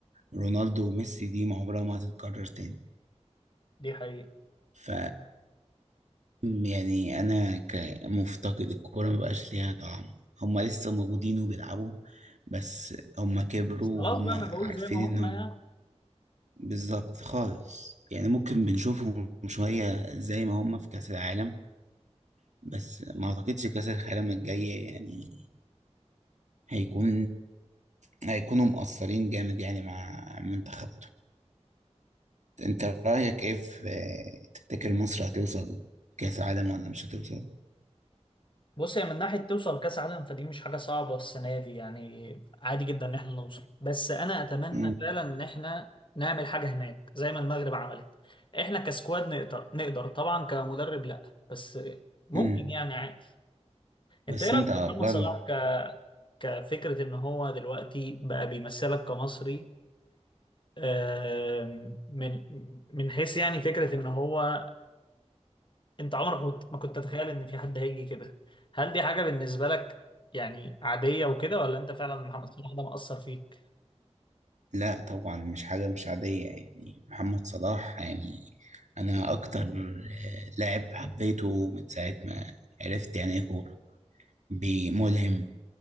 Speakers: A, on the right (about 85°); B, on the left (about 45°).
A: رونالدو وميسي دي ما عمرها ما هتتكرر تاني
B: دي حقيقة
A: ف يعني أنا كمفتقد الكورة ما بقاش ليها طعم هما لسه موجودين وبيلعبوا بس هما كبروا
B: بس خلاص
A: وهما
B: بقى ما بقول
A: عارفين
B: زي ما هم
A: إنهم
B: يعني
A: بالظبط خالص يعني ممكن بنشوفهم شوية زي ما هما في كأس العالم بس ما أعتقدش كأس العالم الجاية يعني هيكون هيكونوا مقصرين جامد يعني مع منتخب انت رأيك ايه في آه، تفتكر مصر هتوصل كأس العالم ولا مش هتوصل
B: بص هي من ناحية توصل كأس عالم فدي مش حاجة صعبة السنة دي يعني عادي جدا إن إحنا نوصل بس أنا أتمنى
A: مم.
B: فعلا إن إحنا نعمل حاجة هناك زي ما المغرب عملت إحنا كسكواد نقدر نقدر طبعا كمدرب لأ بس ممكن
A: مم.
B: يعني عادي
A: بس
B: أنت إيه رأيك
A: انت
B: في محمد
A: برضه
B: صلاح ك... كفكرة إن هو دلوقتي بقى بيمثلك كمصري آم، من من حيث يعني فكرة إن هو انت عمرك ما كنت ما كنت تتخيل ان في حد هيجي كده هل دي حاجة بالنسبة لك يعني عادية وكده ولا انت فعلا محمد صلاح ده مأثر فيك
A: لا طبعا مش حاجة مش عادية يعني محمد صلاح يعني انا اكتر آه، لاعب حبيته من ساعة ما عرفت يعني ايه كورة بي- ملهم